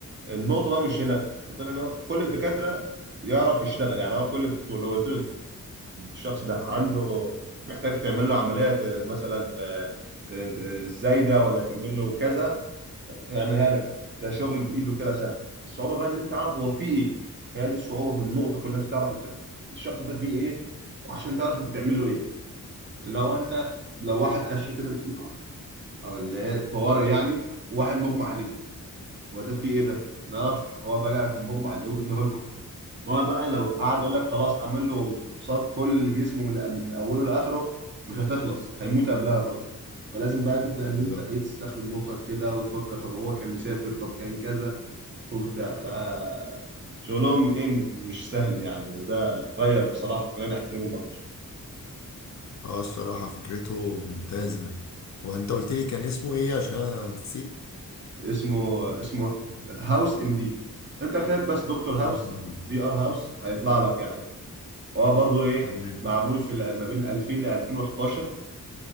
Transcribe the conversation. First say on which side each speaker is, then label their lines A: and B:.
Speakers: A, on the right; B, on the left.
A: النقطه بقى مش هنا ده طلع ان هو كل الدكاتره يعرف يشتغل يعني هو كل دكتور لو قلت له الشخص ده عنده محتاج تعمل له عملية آه، مثلا آه، آه، آه، زايدة ولا تعمل له كذا يعملها لك ده شغل بإيده كده سهل الصعوبة بقى إن أنت تعرف هو فيه إيه هي دي الصعوبة في النقطة كلها أنت تعرف أنت الشخص ده فيه إيه وعشان تعرف أنت تعمل له إيه اللي هو أنت لو واحد خش كده الإي آر أو اللي هي الطوارئ يعني واحد مغمى عليه هو ده فيه إيه ده؟ ما نعرفش هو فجأة كان مغمى عليه وجبناه هو بقى لو قعد يقول لك خلاص اعمل له فحوصات كل جسمه من من اوله لاخره مش هتخلص هيموت قبلها الراجل فلازم بقى تبدا
B: بالظبط
A: ان انت ايه تستخدم مخك كده وتفكر طب هو كان مسافر طب كان كذا وبتاع فشغلهم ايه مش سهل يعني وده غير بصراحه خلاني احترمهم اكتر
B: اه الصراحة فكرته ممتازة وانت قلت لي كان اسمه ايه عشان أنا نسيت
A: اسمه اسمه هاوس ان دي انت كاتب بس دكتور هاوس
B: هاوس اوف بيس
A: دي ار هاوس هيطلع لك يعني هو برضو ايه
B: تمام
A: معمول في ال- ما بين 2000 ل 2011